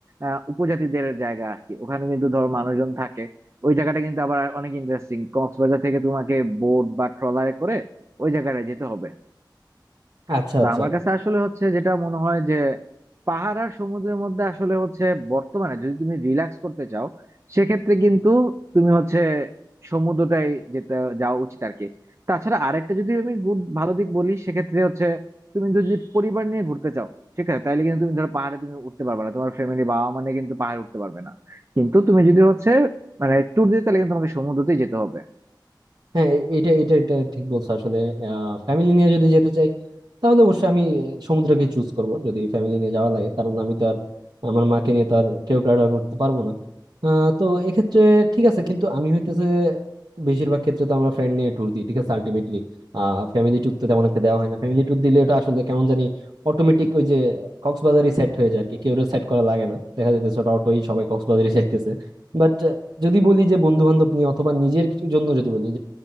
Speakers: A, on the right; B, on the right.
A: আহ উপজাতিদের জায়গা আর কি ওখানে কিন্তু ধরো মানুষজন থাকে ওই জায়গাটা কিন্তু আবার অনেক ইন্টারেস্টিং কক্সবাজার থেকে তোমাকে বোট বা ট্রলারে করে ওই জায়গাটায় যেতে হবে
B: আচ্ছা
A: তো
B: আচ্ছা
A: আমার কাছে আসলে হচ্ছে যেটা মনে হয় যে পাহাড় আর সমুদ্রের মধ্যে আসলে হচ্ছে বর্তমানে যদি তুমি রিল্যাক্স করতে চাও সেক্ষেত্রে কিন্তু তুমি হচ্ছে সমুদ্রটাই যেতে যাওয়া উচিত আর কি তাছাড়া আরেকটা যদি আমি গুড ভালো দিক বলি সেক্ষেত্রে হচ্ছে তুমি যদি পরিবার নিয়ে ঘুরতে চাও ঠিক আছে তাহলে কিন্তু তুমি ধরো পাহাড়ে তুমি উঠতে পারবে না তোমার ফ্যামিলি বাবা মানে কিন্তু পাহাড়ে উঠতে পারবে না কিন্তু তুমি যদি হচ্ছে মানে ট্যুর দিতে তাহলে কিন্তু তোমাকে সমুদ্রতেই যেতে হবে
B: হ্যাঁ এটা এটা এটা ঠিক বলছো আসলে ফ্যামিলি নিয়ে যদি যেতে চাই তাহলে অবশ্যই আমি আহ, সমুদ্রকে চুজ করব যদি ফ্যামিলি নিয়ে যাওয়া লাগে কারণ আমি তো আর আমার মাকে নিয়ে তো আর কেওক্রাডা করতে পারবো না আহ, তো এক্ষেত্রে ঠিক আছে কিন্তু আমি হইতেছে বেশিরভাগ ক্ষেত্রে তো আমরা ফ্রেন্ড নিয়ে ট্যুর দিই ঠিক আছে আলটিমেটলি আহ ফ্যামিলি ট্যুর তো তেমন একটা দেওয়া হয় না ফ্যামিলি ট্যুর দিলে এটা আসলে কেমন জানি অটোমেটিক ওই যে কক্সবাজারই সেট হয়ে যায় আর কি কেউ সেট করা লাগে না দেখা যাইতেছে ওটা অটোই সবাই কক্সবাজারে যাইতেছে বাট যদি বলি যে বন্ধু বান্ধব নিয়ে অথবা নিজের জন্য যদি বলি